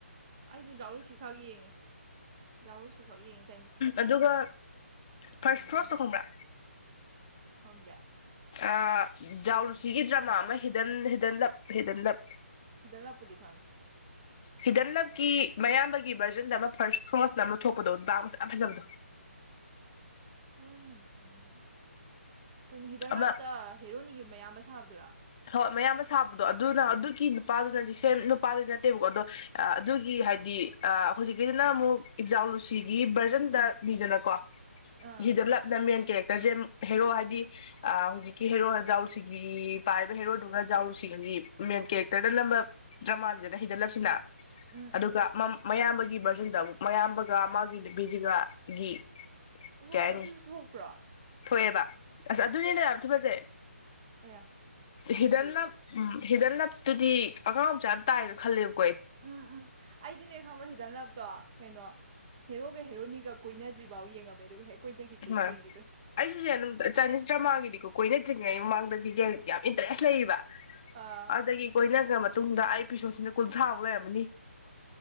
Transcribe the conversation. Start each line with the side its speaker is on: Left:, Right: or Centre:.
Right: ꯑꯩꯁꯨ ꯖꯥꯔꯨ ꯁꯤꯈꯛ ꯌꯦꯡꯉꯦ ꯖꯥꯔꯨꯁꯤꯈꯛ ꯌꯦꯡꯉꯁꯤꯦ
Left: ꯑꯗꯨꯒ ꯐꯥꯔꯁ
Right: ꯑꯥ
Left: ꯐ꯭ꯔꯣꯁꯇꯣ ꯈꯪꯕ꯭ꯔꯥ
Right: ꯈꯪꯗꯦ
Left: ꯑ ꯖꯥꯎꯔꯨꯁꯤꯒꯤ ꯗ꯭ꯔꯃꯥ ꯑꯃ ꯍꯤꯗ ꯍꯤꯗꯟꯂꯞ ꯍꯤꯗꯟꯂꯞ
Right: ꯜ ꯍꯥꯄꯨꯗꯤ ꯈꯥꯋ
Left: ꯍꯤꯗꯟꯂꯞꯀꯤ ꯃꯌꯥꯝꯕꯒꯤ ꯚꯔꯖꯟꯗ ꯑꯃ ꯐꯥꯔꯁ ꯐꯃꯁꯅ ꯑꯃ ꯊꯣꯛꯄꯗꯣ ꯄꯕꯁꯦ ꯌꯥꯝ ꯐꯖꯕꯗꯣ
Right: ꯈꯔꯝ ꯃꯅꯨ ꯀꯣꯡꯕꯤ ꯀꯩꯅꯣ ꯍꯤꯗꯥꯛ
Left: ꯑꯃ
Right: ꯂꯥꯞꯇ ꯍꯦꯔꯣꯅꯤꯒꯤ ꯃꯌꯥꯝ ꯁꯥꯕꯗꯨꯔꯥ
Left: ꯍꯣꯏ ꯃꯌꯥꯝ ꯑꯃ ꯁꯥꯕꯗꯣ ꯑꯗꯨꯅ ꯑꯗꯨꯒꯤ ꯅꯨꯄꯥꯗꯨꯅꯗꯤ ꯁꯦꯝ ꯅꯨꯄꯥꯗꯨꯗꯤ ꯅꯠꯇꯦꯕꯀꯣ ꯑꯗꯣ ꯑꯗꯨꯒꯤ ꯍꯥꯏꯗꯤ ꯑ ꯍꯧꯖꯤꯛꯀꯤꯁꯤꯅ ꯑꯃꯨꯛ ꯏꯟꯖꯥꯎ ꯂꯨꯁꯤꯒꯤ ꯚꯔꯖꯟꯗ ꯅꯤꯗꯅꯀꯣ
Right: ꯑꯥ
Left: ꯏꯗꯂ ꯅꯝꯕ ꯑꯅ ꯀꯦꯦ ꯇꯖꯦꯝ ꯍꯦꯔꯣ ꯍꯥꯏꯗꯤ ꯍꯧꯨꯖꯤꯛꯀꯤ ꯍꯦꯔꯣ ꯍꯖꯥꯎꯁꯤꯒꯤ ꯄꯥꯏꯕ ꯍꯦꯔꯣꯗꯨꯒ ꯥꯔꯨꯁꯤꯂꯒꯤ ꯃꯦꯟ ꯀꯦꯔꯦꯛꯇꯔꯗ ꯅꯝꯕ ꯗ꯭ꯔꯃꯥꯁꯤꯅ ꯍꯩꯗꯠꯂꯞꯁꯤꯅ
Right: ꯎꯝ
Left: ꯑꯗꯨꯒ
Right: ꯎꯝ
Left: ꯃꯌꯥꯝꯕꯒꯤ ꯒꯤ ꯚꯔꯖꯟꯗ ꯑꯃꯨꯛ ꯃꯌꯥꯝꯕꯒ ꯃꯥꯒꯤ ꯅꯨꯄꯤꯁꯤꯒꯒꯤ
Right: ꯍ
Left: ꯀꯩ ꯍꯥꯏꯅꯤ
Right: ꯑꯗꯨꯁꯨ ꯊꯣꯛꯄ꯭ꯔꯥ
Left: ꯊꯣꯛꯑꯦꯕ ꯑꯁ ꯑꯗꯨꯅꯦꯅꯦ ꯌꯥꯕ ꯊꯤ ꯐꯁꯦ
Right: ꯑꯌꯥ ꯈꯪꯗꯦ
Left: ꯍꯤꯗꯜꯅ
Right: ꯑꯩꯗꯤ
Left: ꯎꯝ ꯍꯤꯗ ꯂꯞꯇꯨꯗꯤ ꯑꯉꯥꯡ ꯃꯆꯥ ꯌꯥꯝ ꯇꯥꯏꯅ ꯈꯜꯂꯦꯕ
Right: ꯎꯝ ꯎꯝ ꯑꯩꯗꯤꯅꯦ ꯈꯪꯕ꯭ꯔ ꯍꯤꯗꯂꯞꯇꯣ ꯀꯩꯅꯣ ꯍꯦꯔꯣꯒ ꯍꯦꯔꯣꯅꯤꯒ ꯀꯣꯏꯅꯗ꯭ꯔꯤꯐꯥꯎ ꯌꯦꯡꯉꯝꯃꯦ ꯑꯗꯨꯒ ꯍꯦꯛ ꯀꯣꯏꯅꯈꯤꯕꯗ
Left: ꯍꯣꯏ
Right: ꯌꯦꯡꯈꯤꯗ꯭ꯔꯦ
Left: ꯑꯩꯁꯨꯁ ꯑꯗꯨꯝ ꯆꯥꯏꯅꯤꯁ ꯆꯥꯝꯃꯉꯥꯒꯤꯗꯤ ꯀꯣꯏꯅꯗ꯭ꯔꯤꯉꯩ ꯃꯃꯥꯡꯗꯒꯤꯗꯤ ꯌꯥꯝ ꯏꯟꯇꯔꯦꯁ ꯂꯩꯌꯦꯕ
Right: ꯑꯥ
Left: ꯑꯗꯒꯤ ꯀꯣꯏꯅ ꯈ꯭ꯔ ꯃꯇꯨꯡꯗ ꯑꯩ ꯄꯁꯣꯠꯁꯤꯅ ꯀꯨꯟꯊ꯭ꯔꯥꯃꯨꯛ ꯂꯩꯔꯃꯅꯤ